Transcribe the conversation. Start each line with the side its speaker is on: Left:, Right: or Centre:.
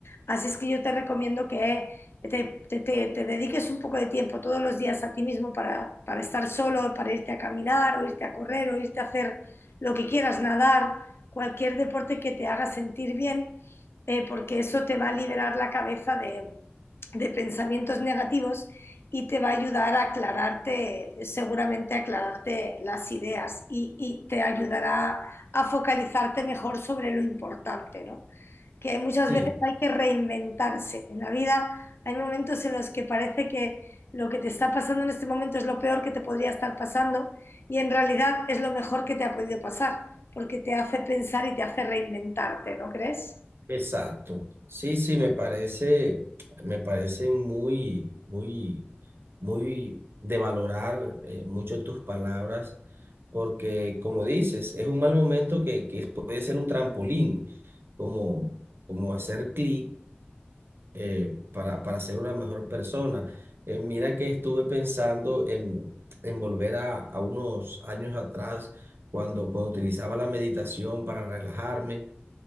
Left: Así es que yo te recomiendo que te, te, te, te dediques un poco de tiempo todos los días a ti mismo para, para estar solo, para irte a caminar o irte a correr o irte a hacer lo que quieras, nadar, cualquier deporte que te haga sentir bien, eh, porque eso te va a liberar la cabeza de, de pensamientos negativos y te va a ayudar a aclararte, seguramente a aclararte las ideas y, y, te ayudará a focalizarte mejor sobre lo importante, ¿no? que muchas
Right: Sí.
Left: veces hay que reinventarse. En la vida hay momentos en los que parece que lo que te está pasando en este momento es lo peor que te podría estar pasando y en realidad es lo mejor que te ha podido pasar, porque te hace pensar y te hace reinventarte, ¿no crees?
Right: Exacto. Sí, sí, me parece, me parece muy, muy, muy de valorar eh, mucho tus palabras, porque como dices, es un mal momento que, que puede ser un trampolín, como, como hacer clic eh, para, para ser una mejor persona. Eh, mira que estuve pensando en, en volver a, a unos años atrás, cuando, cuando utilizaba la meditación para relajarme.